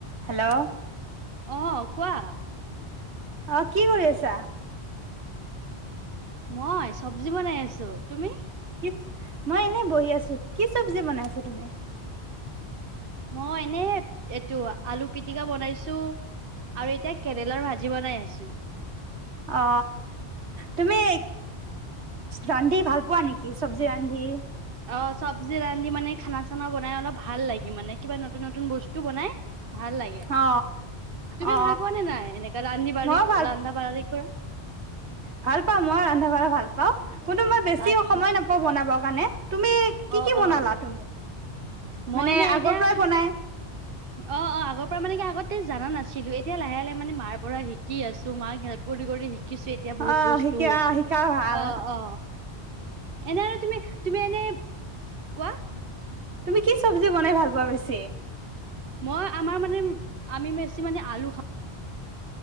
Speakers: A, on the right; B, on the right.
A: Hello
B: অহ কোৱা
A: অহ কি কৰি আছা
B: মই চব্জি বনাই আছো তুমি
A: কি মই এনেই বহি আছো কি চব্জি বনাইছা তুমি
B: মই এনে এইটো আলু পিটিকা বনাইছো আৰু এতিয়া কেৰেলাৰ ভাজি বনাই আছো
A: অ তুমি ৰান্ধি ভাল পোৱা নেকি চব্জি ৰান্ধি
B: অ চব্জি ৰান্ধি মানে খানা চানা বনাই অলপ ভাল লাগে মানে কিবা নতুন নতুন বস্তু বনাই ভাল লাগে
A: অ
B: তুমি
A: অ
B: ভাল পোৱাানে নাই এনেকা ৰান্ধি বাঢ়ি
A: মইও ভাল
B: ৰান্ধা বাঢ়ি কৰা
A: ভাল পাওঁ মই ৰন্ধা বঢ়া ভাল পাওঁ কিন্তু মই বেছি
B: আচ্ছা
A: সময় নাপাওঁ বনাব কাৰণে তুমি কি
B: অ
A: কি বনালা
B: অ
A: তুমি
B: মই
A: মানে
B: নে
A: আগৰ
B: এতিয়া
A: পৰাই বনাই
B: অ অ আগৰ পৰা মানে কি আগতে জানা নাছিলো এতিয়া লাহে লাহে মানে মাৰ পৰা শিকি আছো মাক হেল্প কৰি শ কিছু এতিয়া বহুত
A: অ
B: বস্তু
A: শিকা শিকা ভাল
B: আহ অ এনে আৰু তুমি তুমি এনে কোৱা
A: তুমি কি চব্জি বনাই ভাল পোৱা বেছি।
B: মই আমাৰ মানে আমি বেছি মানে আলু খাওঁ।